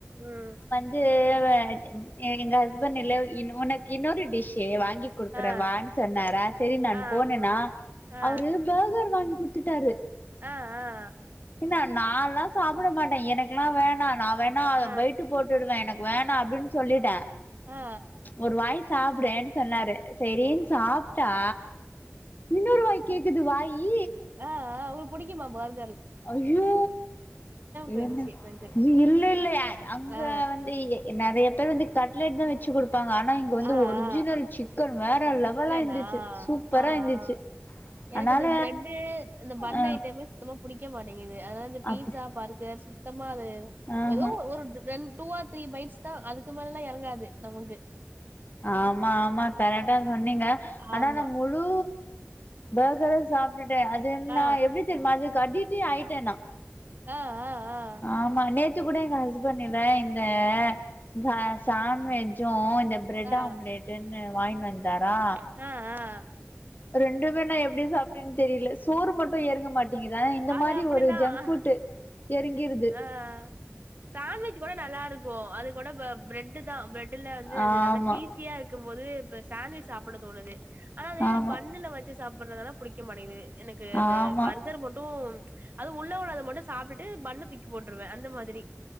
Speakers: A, on the right (about 45°); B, on the left (about 45°).
A: ம்
B: த்து வ எ எங்க ஹஸ்பண்ட் இல்ல இன்னோனக்கு இன்னொரு டிஷ்ஷு வாங்கித் குடுக்குறே
A: ஆ
B: வான்னு சொன்னாரா செரி நானு
A: ஆ
B: போனேனா
A: ஆ
B: அவரு பர்கர் வாங்கி குடுத்துட்டாரு
A: அ அ அ
B: என்ன நால்லா சாப்டமாட்ட எனக்ல்லா வேணா நா வேண் நா
A: ஆ
B: வெயிட்டு போட்டுடுவே எனக்கு வேணா அப்டின்னு சொல்லிட்டே
A: ஆ
B: ஒரு வாய் சாப்டேன் சொன்னாரு செரின் சாப்ட்டா இன்னொரு வாய் கேக்குது வாயி
A: அ அ உங்களுக்கு புடிக்குமா பர்
B: ஐயோ இதுல
A: போயிடுச்சு
B: என்ன
A: எனக்கு
B: இல்லல்ல அங்க
A: ஆ
B: வந்து நெறைய பேர் வந்து கட்லெட் தா வச்சு கொடுப்பாங்க ஆனா இங்க வந்து
A: ஆ
B: ஒரிஜினல்
A: ஆ
B: சிக் க்கன் வேற
A: சிக்கனா
B: லெவலா இருந்துச்சு சூப்பரா
A: ஆ ஆ
B: இருந்துச்சு
A: எனக்கு
B: அதனால
A: இந்த பிரெட்டு இந்த பண்ணு
B: அ
A: ஐட்டமே புடிக்க மாட்டேங்குது அதாவ்து இந்த பீட்சா
B: அப்டி
A: பர்கர் சுத்தமா அது
B: ஆஹா
A: எதோ ஒரு ஒரு ரெண் டூவாது த்ரீ பைட்ஸ் தான் அதுக்கு மேல எல்லா எறங்காது நம்மளுக்கு
B: ஆமா ஆமா கரெக்ட்டா சொன்னீங்க ஆனா
A: ஆமா.
B: நா முழு பர்கரும் சாப் டுட்டேன் அது என்னா
A: ஆ,
B: எப்டி தெரிமா அதுக்கடிட்டே ஆயிட்டேன் நா
A: அ அ அ
B: ஆமா நேத்து கூட எங்க ஹஸ்பண்ட் இல்ல இந்த ச சான்ட்வெஜ்ஜு இந்த பிரெட்
A: ஆ,
B: ஆம்லேட்டுன்னு வாய்ன் வந்தாரா
A: அ அ
B: ரெண்டுமே நா எப்டி சாப்ட்டேன்னு தெரியில சோறு மட்டு எறங்க மாட் டேங்குது அதா இந்த
A: அது
B: மாதிரி
A: அப்படிதான்.
B: ஒரு ஜங்க் ஃபுட்டு எறங்கிருது
A: ஆ. சாண்ட்விச் கூட நல்லா இருக்கூ அது கூட ப பிரெட்டு தான் பிரெட் ட்டுல வந்து
B: ஆமா,
A: அது நல்லா சீசியா இருக்கும் போது இப்ப சாண்ட்விச் சாப்பட தோணுது ஆனா அதே இது
B: ஆமா,
A: பண்ணுல வச்சு சாப்பிடுறதுலாதா புடிக்க மாட்டேங்குது எனக்கு இந்த
B: ஆமா.
A: பர்கரு மட் டும் அதும் உள்ள உள்ளது மட்டு சாப்ட்டுட்டு பண்ண தூக்கி போட்டுருவே அந்த மாதிரி